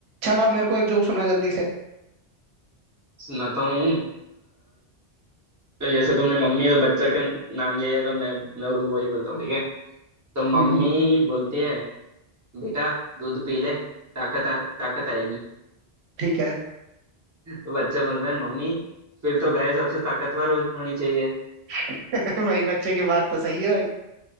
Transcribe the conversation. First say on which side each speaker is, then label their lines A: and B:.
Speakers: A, on the right; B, on the right.
A: चल अब मेरे को एक जोक सुना जल्दी से
B: सुनाता हूँ तो जैसे तुमने मम्मी और बच्चा का नाम लिया है, तो मैं मैं उस वही बोलता हूँ ठीक है तो मम्मी
A: हम्म
B: बोलती है बेटा दूध पी ले ताकत आ, ताकत आएगी
A: ठीक है
B: <laughs> तो बच्चा बोलता है मम्मी फिर तो गाय सबसे ताकतवर हो, होनी चाहिए
A: <laughs> भाई बच्चे की बात तो सही है भाई